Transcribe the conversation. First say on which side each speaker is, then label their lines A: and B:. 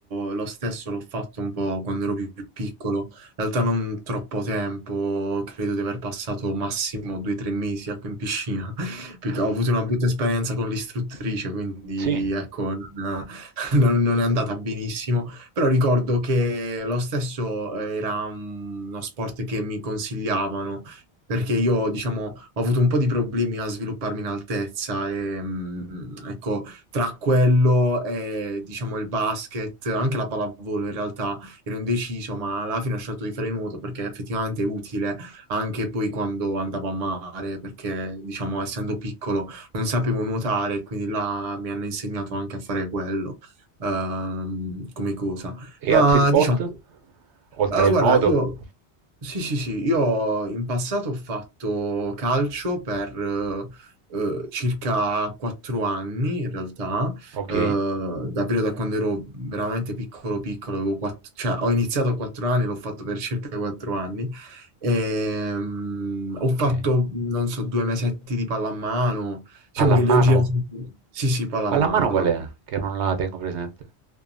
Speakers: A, on the right; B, on the right.
A: lo stesso l'ho fatto un po' quando ero più più piccolo, in realtà non troppo tempo, credo di aver passato massimo due o tre mesi ecco, in piscina, <laughs> perché
B: Mhm.
A: ho avuto una brutta esperienza con l'istruttrice, quindi
B: Sì.
A: ecco, non, <laughs> non- non è andata benissimo, però ricordo che lo stesso era mm, uno sport che mi consigliavano, perché io, diciamo, ho avuto un po' di problemi a svilupparmi in altezza e, mm, ecco, tra quello e, diciamo, il basket, anche la pallavolo in realtà ero indeciso, ma alla fine ho scelto di fare nuoto perché effettivamente è utile anche poi quando andavo a mare, perché, diciamo, essendo piccolo non sapevo nuotare, quindi là mi hanno insegnato anche a fare quello, ehm, come cosa. Ma,
B: E altri sport?
A: diciamo,
B: Oltre
A: eh,
B: il
A: guarda,
B: nuoto?
A: io... Sì, sì, sì, io in passato ho fatto calcio per eh, eh, circa quattro anni in realtà,
B: Ok,
A: Eh, davvero da quando ero veramente piccolo piccolo, avevo quatt- cioè, ho iniziato a quattro anni, l'ho fatto per circa quattro anni, Ehm, ho fatto,
B: ok.
A: non so, due mesetti di pallamano, diciamo
B: Pallamano?
A: che li ho girati, sì, sì, pallamano,
B: Pallamano
A: pallamano.
B: qual è? Che non la tengo presente.